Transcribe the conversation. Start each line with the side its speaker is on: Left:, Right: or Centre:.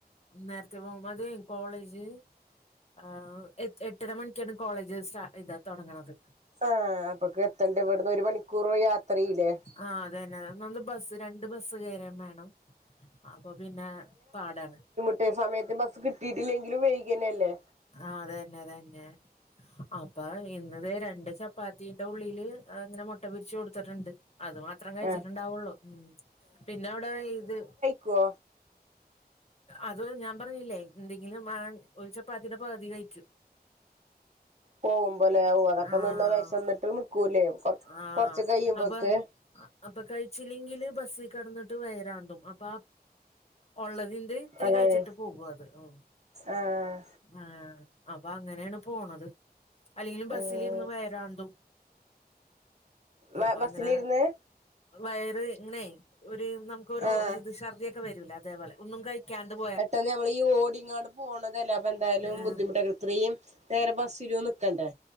Left: നേരത്തെ പോകും അത് കോളേജ് ആ എട്ടര മണിക്കാണ് കോളേജ് സ്റ്റർട്ട് ചെയ്യാൻ തൊടങ്ങണത്
Right: ആ അപ്പൊക്കെ എത്തണ്ടേ ഇവിടുന്ന് ഒരു മണിക്കൂറോ യാത്രയിലേ
Left: ആ അതന്നെന്ന് ബസ് രണ്ട് ബസ് കയറേം വേണം അപ്പൊ പിന്നെ പാടാണ്
Right: കൃത്യ സമയത്ത് ബസ്സ് കിട്ടിട്ടില്ലെങ്കിലും വൈകന്നെല്ലേ
Left: ആ അതന്നെ അതന്നെ അപ്പൊ ഇന്നിതേ രണ്ട് ചപ്പാത്തിന്റെ ഉള്ളില് ഇങ്ങനെ മുട്ട പൊരിച്ച് കൊടുത്തിട്ടുണ്ട് അത് മാത്രം കയിച്ചിട്ടണ്ടാവുള്ളൂ
Right: ആഹ്
Left: ഉം പിന്നെ അവടെ ഇത്
Right: കോ
Left: അത് ഞാൻ പറഞ്ഞില്ലേ എന്തെങ്കിലും ആ ഒരു ചപ്പാത്തിടെ പകതി കഴിക്കും
Right: പോകുമ്പോലേ അതൊക്കെ
Left: ആഹ്
Right: നിന്ന വെശന്നിട്ട് നിക്കൂല്ലേ
Left: ആഹ്
Right: കൊറച്ച് കയുമ്പോക്ക്
Left: അപ്പൊ അപ്പൊ കയിച്ചില്ലെങ്കില് ബസ്സി കെടന്നിട്ട് വയറാണ്ടും അപ്പ ഒള്ളത് ഇത് ഇത്തിരി
Right: അതാണ്
Left: കഴിച്ചിട്ട് പോകും അത് ഉം
Right: ആഹ്
Left: ആ അപ്പൊ അങ്ങനേണ് പോണത് അല്ലെങ്കി ബസിലിരുന്ന്
Right: ആഹ്
Left: വയറാന്തും
Right: ബ
Left: അപ്പ
Right: ബസ്സിലിരുന്ന്
Left: അങ്ങനെ വയറ് ഇങ്ങനെ ഒരു നമുക്കൊരു
Right: ആഹ്
Left: ഇത് ഷർദിയൊക്കെ വരൂലേ അതേപോലെ ഒന്നും കയിക്കാണ്ടും
Right: പെട്ടന്ന് നമ്മള് ഓടിങ്ങാട് പോണതല്ല അപ്പൊ എന്തായാലും
Left: ആഹ്
Right: ബുദ്ധിമുട്ടൊക്കേ ഇത്രയും നേരം ബസ്സിലും നിക്കണ്ടേ